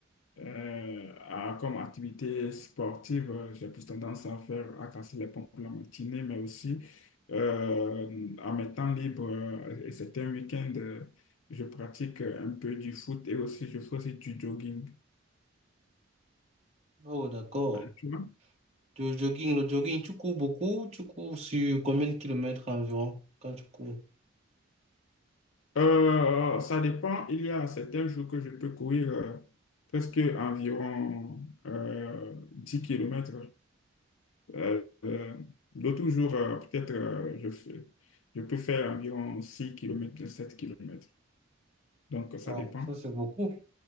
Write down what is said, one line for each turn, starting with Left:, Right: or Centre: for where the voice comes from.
Left: euh, à, comme activité sportive, euh, j'ai plus tendance à faire, à casser les pompes la matinée, mais aussi euh, en mes temps libres euh, et c'est un week end euh, je pratique euh, un peu du foot et aussi je fais aussi du jogging.
Right: Oh, d'accord.
Left: Euh, tu vois?
Right: Le jogging, le jogging, tu cours beaucoup? Tu cours sur combien de kilomètres environ quand tu cours?
Left: Euh, ça dépend. Il y a certains jours que je peux courir euh, presque environ euh, 10 km. Euh, euh, d'autres jours, euh, peut-être, euh, je fais- je peux faire environ six kilomètres, sept kilomètres. Donc, ça
Right: Wow,
Left: dépend.
Right: ça c'est beaucoup.